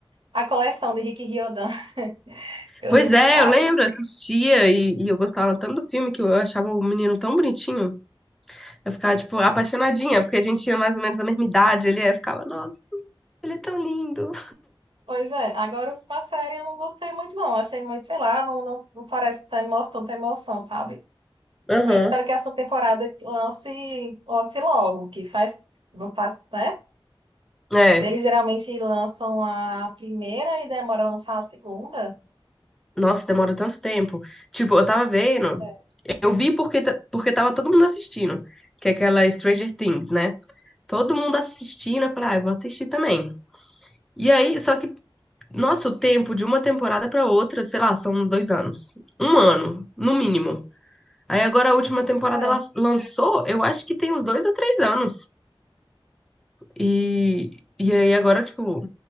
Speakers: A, on the right; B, in the centre.
A: A coleção de Rick Riordan. <laughs> Eu
B: Pois
A: li um
B: é,
A: bocado.
B: eu lembro, assistia e, e eu gostava tanto do filme que eu achava o menino tão bonitinho. Eu ficava, tipo, apaixonadinha, porque a gente tinha mais ou menos a mesma idade, ele é, ficava, nossa, ele é tão lindo.
A: Pois é. Agora, uma série eu não gostei muito, não. Achei muito, sei lá, não, não, não parece ter emoção, tanta emoção, sabe?
B: Aham.
A: Mas espero que a segunda temporada lance lance logo, que faz. Não faz, né?
B: É.
A: Eles geralmente lançam a primeira e demora a lançar a segunda.
B: Nossa, demora tanto tempo. Tipo, eu tava vendo,
A: É,
B: eu vi porque, ta- porque tava todo mundo assistindo, que é aquela Stranger Things, né? Todo mundo assistindo, eu falei, ah, eu vou assistir também. E aí, só que nosso tempo de uma temporada para outra, sei lá, são dois anos. Um ano, no mínimo. Aí agora a última
A: Pois
B: temporada
A: é.
B: ela lançou, eu acho que tem uns dois a três anos. E, e aí agora, tipo,